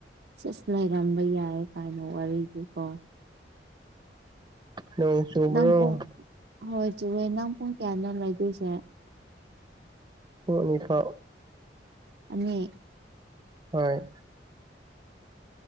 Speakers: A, on the right (about 65°); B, on the right (about 25°).
A: ꯁꯁ ꯂꯩꯔꯝꯕ ꯌꯥꯏ ꯀꯥꯏꯅꯣ ꯋꯥꯔꯤꯗꯨꯀꯣ
B: ꯅꯣꯡ ꯆꯨꯕ꯭ꯔꯣ
A: ꯏꯝ ꯀ ꯍꯣꯏ ꯆꯨꯕꯅꯥꯝ ꯀ ꯀꯌꯥꯅ ꯂꯗꯨꯁꯦ <unintelligible> <inaudible>
B: ꯍꯨꯡꯅꯤꯐꯥꯎ
A: ꯑꯅꯤ
B: ꯍꯣꯏ